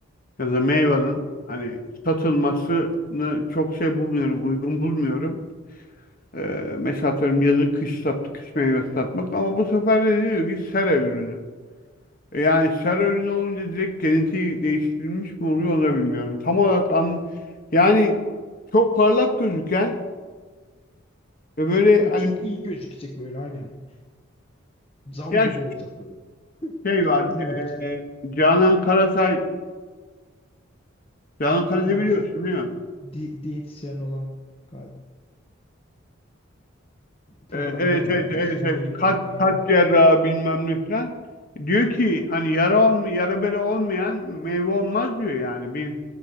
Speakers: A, on the left (about 45°); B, on the left (about 30°).
A: ya da meyvanın hani satılmasını çok şey bulmuyorum, uygun bulmuyorum. Ee, mesela atıyorum yazın kış sat, kış meyvesi satmak ama bu sefer de diyor ki sera ürünü. E Yani sera ürünü olunca direkt genetiği değiştirilmiş mi oluyor onu da bilmiyorum. Tam olarak an, yani çok parlak gözüken ve böyle
B: Ya
A: hani
B: çok iyi gözükecek böyle aynen. Zam
A: yaş
B: gibi olacak böyle.
A: şey
B: Kendini
A: var. ee,
B: görecek.
A: Canan Karatay Canan Karatay
B: Ha,
A: biliyorsun
B: şu
A: değil mi?
B: di- diyetisyen olan galiba programı
A: Ee, evet
B: da vardı.
A: evet evet
B: Şunu
A: evet.
B: yemeyin,
A: Kalp,
B: bunu yemeyin.
A: kalp cerrahı bilmem ne falan. Diyor ki hani yara olma, yara bere olmayan meyve olmaz diyor yani. Bir